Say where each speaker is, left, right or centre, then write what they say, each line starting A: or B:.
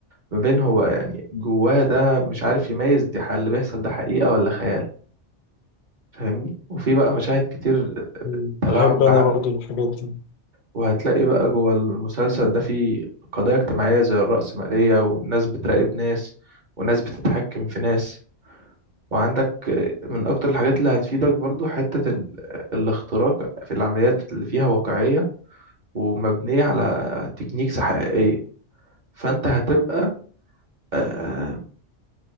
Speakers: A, on the right (about 40°); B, on the left (about 60°).
A: ما بين هو يعني جواه ده مش عارف يميز دي ح- اللي بيحصل ده حقيقة ولا خيال فاهمني وفي بقى مشاهد كتير
B: مم،
A: تلاعب
B: بحب أنا
A: بعقل
B: برضو الحاجات دي
A: وهتلاقي بقى جوه المسلسل ده في قضايا اجتماعية زي الرأسمالية والناس بتراقب ناس وناس بتتحكم في ناس وعندك من أكتر الحاجات اللي هتفيدك برضو حتة ال- الاختراق في العمليات اللي فيها واقعية ومبنية على تكنيكس حقيقية فأنت هتبقى آه،